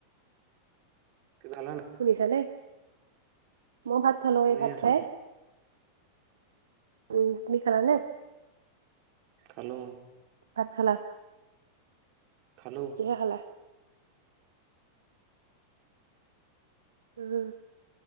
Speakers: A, on the right (about 45°); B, on the right (about 65°).
A: কি খালা নে?
B: শুনিছা নে, মই ভাত খালোঁ
A: শুই
B: এই ভাত
A: আছো।
B: খাই উম তুমি খালা নে?
A: খালোঁ।
B: ভাত খালা?
A: খালোঁ।
B: কিহে খালা? উম,